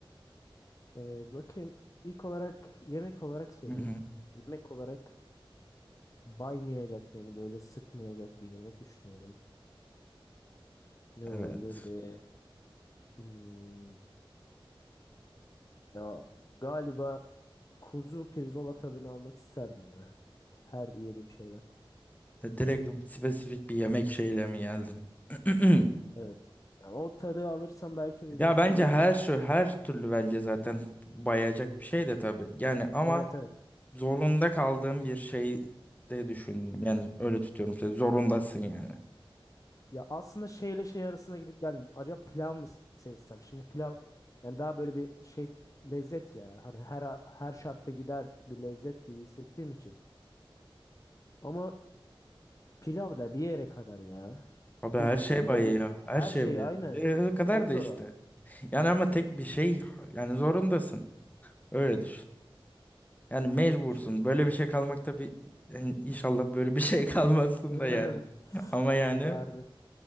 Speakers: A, on the left (about 35°); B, on the left (about 15°).
A: Ee, bakayım ilk olarak yemek olarak söyleyeyim.
B: Hı hı.
A: Yemek olarak baymayacak beni böyle sıkmayacak bir yemek düşünüyorum. Ne
B: Evet.
A: olabilirdi? Hmm, Ya galiba kuzu pirzola tadını almak isterdim ya. Her yediğim şeyden.
B: De direkt spesifik bir yemek şeyle mi geldin? <clears throat>
A: Evet. Yani o tadı alırsam belki benim
B: Ya
A: için
B: bence
A: zaten.
B: her şu her türlü bence zaten bayacak bir şey de tabii. Yani ama
A: Evet evet.
B: zorunda kaldığım bir şey de düşün. Yani öyle tutuyorum seni. Zorundasın yani.
A: Ya aslında şeyle şey arasına gidip geldim. Acaba pilav mı seçsem? Şimdi pilav yani daha böyle bir şey lezzet ya. Hani her her şartta gider bir lezzet gibi hissettiğim için. Ama pilav da bir yere kadar ya.
B: Abi
A: Pi-
B: her şey
A: kuzu
B: bayıyor.
A: da bir her
B: Her şey
A: şey
B: bayıyor.
A: aynı.
B: Ya o kadar
A: Çok
B: da
A: zor
B: işte.
A: az.
B: Yani ama tek bir şey yani zorundasın. Öyle düşün. Yani mecbursun.
A: Tek bir şey ya.
B: Böyle bir şey kalmak tabii yani inşallah böyle bir şey <laughs> kalmazsın
A: <laughs>
B: da yani. Ama yani
A: Yok harbi.